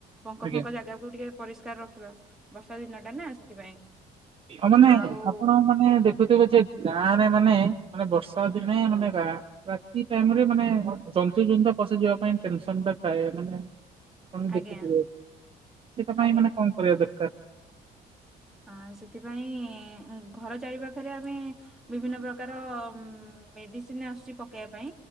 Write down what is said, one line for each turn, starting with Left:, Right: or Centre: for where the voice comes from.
Centre: ପଙ୍କ
Right: ଆଜ୍ଞା
Centre: ଫଙ୍କ ଜାଗାକୁୁ ଟିକେ ପରିଷ୍କାର ରଖିବା ବର୍ଷା ଦିନ ଟା ନା ସେଥିପାଇଁ
Right: ହଁ ମାନେ
Centre: ଆଉ
Right: ଆପଣ ମାନେ ଦେଖୁଥିବେ ଯେ ଗାଁରେ ମାନେ ମାନେ ବର୍ଷା ଦିନେ ମାନେ ରାତି ଟାଇମରେ ମାନେ ଜନ୍ତୁ ଜନ୍ତୁ ପଶିଯିବା ପାଇଁ ଟେନସନ ଥାଏ ମାନେ ଆପଣ
Centre: ଆଜ୍ଞା
Right: ଦେଖିଥିବେ ସେଟା ପାଇଁ
Centre: ଆଜ୍ଞା
Right: ମାନେ କଣ କରିବା ଦରକାର
Centre: ଆ ସେଥିପାଇଁ ଘର ଚାରି ପାଖରେ ଆମେ ବିଭିନ୍ନ ପ୍ରକାର ଉ ମେଡିସିନ ଆସୁଛି ପକେଇବା ପାଇଁ